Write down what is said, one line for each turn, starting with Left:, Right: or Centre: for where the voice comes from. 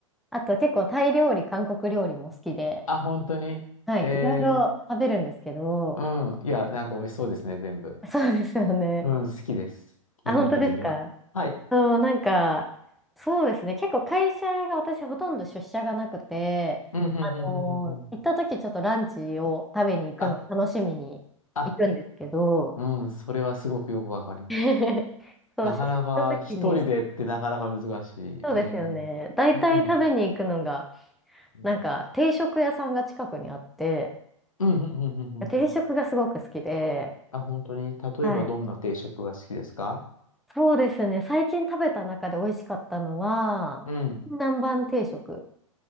Centre: あと結構タイ料理、韓国料理も好きで、
Left: あ、本当にえ
Centre: はい、いろいろ食べるんですけど、
Left: ー、うん。いや、なんか美味しそうですね、全部。
Centre: そうですよね。
Left: うん、好きです。基本的には。
Centre: あ、本当ですか
Left: はい。
Centre: そう、なんか、そうですね。結構会社が私ほとんど出社がなくて、
Left: うん、うん、うん、
Centre: あのー行った時ちょっとランチを食べに行くの楽しみに行くんですけど、
Left: うん、うんうん。あ、あ、うん、それはすごくよくわかります。
Centre: <laughs> そう、
Left: なかなか一人でってなかなか難しい。
Centre: 出社した時に、そうですよね。
Left: うん。
Centre: だいたい食べに行くのが、
Left: うん。うん、
Centre: なんか定食屋さんが近くにあって、
Left: うん、うん、うん、うん。
Centre: 定食がすごく好きで、
Left: うんあ、本当に、例えばどんな定食が好きですか
Centre: はい。そうですね。最近食べた中で美味しかったのは、
Left: うん。
Centre: 南蛮定食、